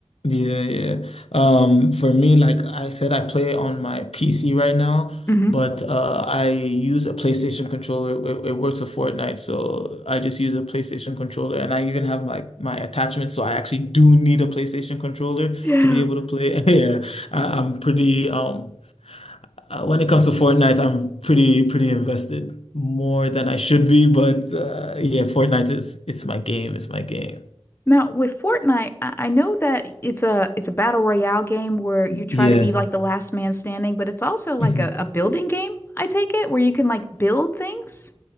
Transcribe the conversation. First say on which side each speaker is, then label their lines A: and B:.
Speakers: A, on the left; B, on the left.
A: yeah, yeah. Um, for me, like I said, I play on my PC right now,
B: hmm
A: but uh, I use a PlayStation controller. It, it works with Fortnite, so I just use a PlayStation controller, and I even have like my attachment, so I actually do need a PlayStation controller
B: Yeah.
A: to be able to play. <laughs> Yeah, I, I'm pretty um uh, when it comes to Fortnite, I'm pretty pretty invested more than I should be, but uh, yeah, Fortnite is it's my game, it's my game.
B: Now, with Fortnite, I, I know that it's a it's a battle royale game where you try
A: Yeah.
B: to be like the last man standing, but it's also like
A: Mhm.
B: a, a building game, I take it, where you can like build things.